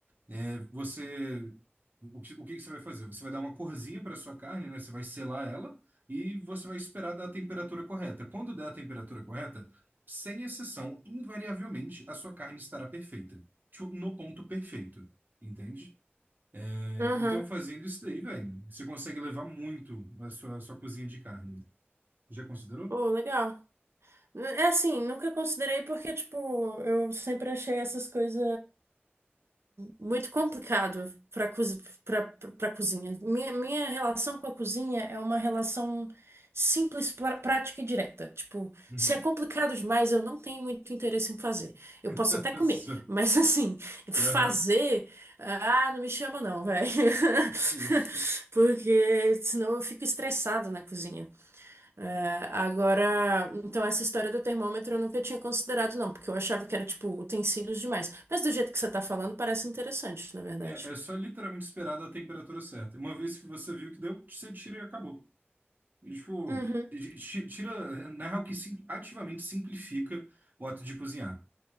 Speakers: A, on the right; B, on the right.
A: É, você, o que, o que que você vai fazer? Você vai dar uma corzinha para sua carne, né? Você vai selar ela e você vai esperar dar a temperatura correta. Quando der a temperatura correta, sem exceção, invariavelmente, a sua carne estará perfeita. Tipo, no ponto perfeito, entende? É,
B: uhum.
A: então, fazendo isso daí, velho, você consegue levar muito a sua, sua cozinha de carne. Já considerou?
B: Pô, legal. É assim, nunca considerei porque, tipo, eu sempre achei essas coisas. muito complicado para para cozinha. Minha, minha relação com a cozinha é uma relação simples, pra- prática e direta. Tipo,
A: Uhum.
B: se é complicado demais, eu não tenho muito interesse em fazer. Eu posso
A: <laughs>
B: até comer,
A: Nossa.
B: mas <laughs> assim, fazer,
A: Aham.
B: ah, não me chama não, velho.
A: Justo.
B: <laughs> Porque senão eu fico estressada na cozinha. É, agora, então essa história do termômetro eu nunca tinha considerado, não, porque eu achava que era tipo utensílios demais. Mas do jeito que você tá falando, parece interessante, na verdade.
A: É, é só literalmente esperar da temperatura certa. Uma vez que você viu que deu, você tira e acabou. E, tipo,
B: Uhum.
A: ti- tira, na real, que sim- ativamente simplifica o ato de cozinhar.